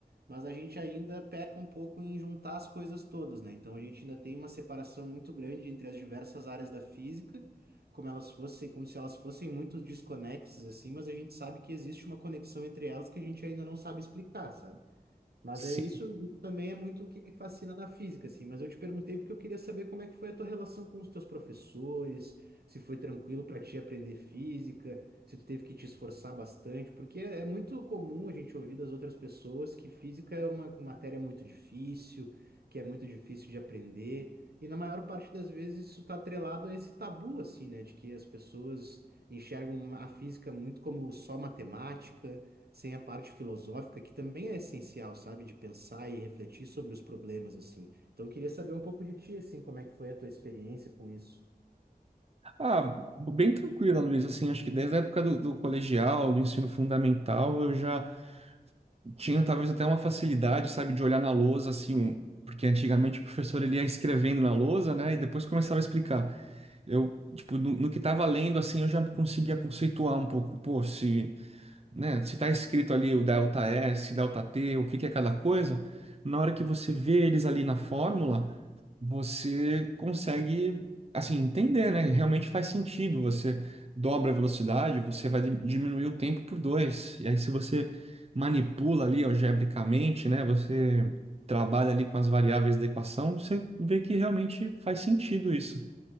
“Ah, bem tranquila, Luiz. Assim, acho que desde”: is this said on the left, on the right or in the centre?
Right